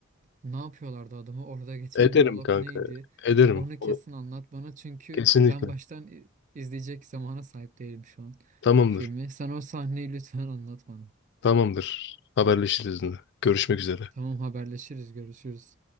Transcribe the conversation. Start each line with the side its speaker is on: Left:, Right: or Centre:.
Right: ne yapıyorlardı adamı orada geçen
Left: Ederim
Right: diyalog
Left: kanka.
Right: neydi?
Left: Ederim.
Right: Onu kesin
Left: O-
Right: anlat bana çünkü
Left: Kesinlikle.
Right: ben baştan i- izleyecek zamana sahip değilim şu an
Left: Tamamdır.
Right: filmi. Sen o sahneyi lütfen anlat bana.
Left: Tamamdır. Haberleşiriz yine. Görüşmek üzere.
Right: Tamam haberleşiriz görüşürüz.